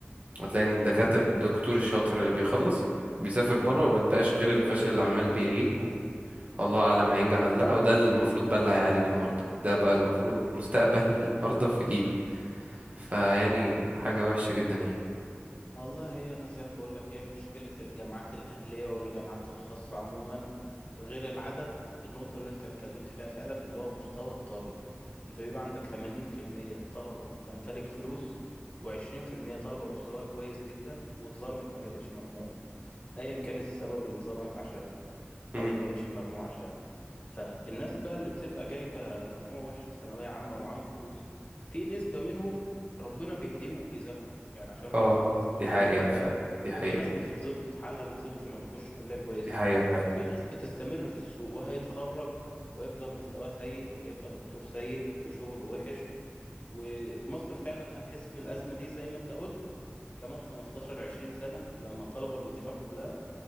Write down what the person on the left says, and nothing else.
والله هي أنا زي ما بقولك هي مشكلة الجامعات الأهلية والجامعات الخاصة عموما غير العدد النقطة اللي أنت اتكلمت فيها فعلا اللي هو مستوى الطالب أنت بيبقى عندك تمانين في المية طلبة تمتلك فلوس وعشرين في المية طلبة مستواها كويس جدا واتظلمت ما جابتش مجموع أيا كان السبب اللي اتظلمت عشانه
او ما جابتش المجموع عشانه فالناس بقى اللي بتبقى جايبه مجموع وحش في ثانويه عامه ومعاهم فلوس في نسبه منهم ربنا بيهديهم وبيذاكروا يعني عشان
برضو ما نظلمش
الناس كلها
في ناس بتتظبط حالها بيتظبط لما بيخش كليه كويسه
وفي ناس بتستمر في السوق وهيتخرج ويفضل مستواه سيء وهيبقى دكتور سيء وشغله وحش ومصر فعلا هتحس بالأزمة دي زي ما انت قلت كمان 15 20 سنة لما الطلبة النظيفة كلها